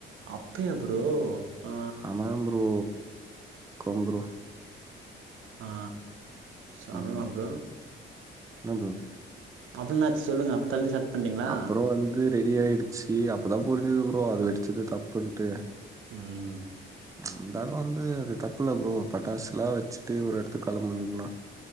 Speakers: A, on the right (about 80°); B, on the right (about 15°).
A: அப்டியா ப்ரோ ஆ
B: ஆமா ப்ரோ கொம் ப்ரோ
A: ஆ சாப்படலாம்
B: ம்
A: ப்ரோ
B: என்ன
A: அப்படின்னாச்சு சொல்லுங்க தள்ளி ஸ்டார்ட் பண்ட்டீங்களா
B: அப்புறம் வந்து ரெடி ஆயிடுச்சு அப்பதா புரிஞ்சது ப்ரோ அது வச்சது தப்புன்னுட்டு
A: உஹம்
B: இருந்தாலும் வந்து அது தப்புல ப்ரோ பட்டாசு எல்லாம் வச்சுட்டு ஒரு இடத்துக்கு கிளம்புண்ணா